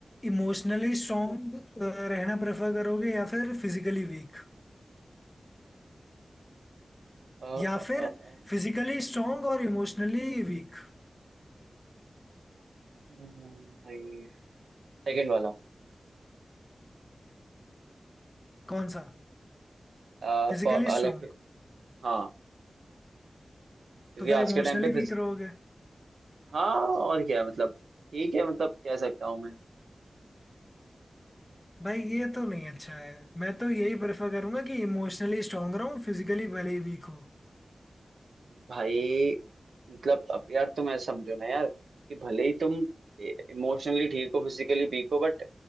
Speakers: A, on the left (about 15°); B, on the right (about 85°).
A: इमोशनली स्ट्रांग रहना प्रेफर करोगे या फिर फिजिकली वीक
B: अ,
A: या
B: अ,
A: फिर
B: अ, अ,
A: फिजिकली स्ट्रांग और इमोशनली वीक
B: हम्म, भाई सेकंड वाला
A: कौन सा
B: अ,
A: फिजिकली
B: प- अलग
A: स्ट्रांग
B: हाँ क्योंकि
A: तो फिर
B: आज
A: इमोशनली
B: के टाइम पे फिज
A: वीक रहोगे
B: हाँ और क्या मतलब ठीक है मतलब कह सकता हूँ मैं
A: भाई ये तो नहीं अच्छा है मैं तो यही प्रेफर करूंगा कि इमोशनली स्ट्रांग रहूं फिजिकली भले ही वीक हो
B: भाई मतलब अब यार तुम ऐसा समझो ना यार कि भले ही तुम इमोशनली ठीक हो फिजिकली वीक हो बट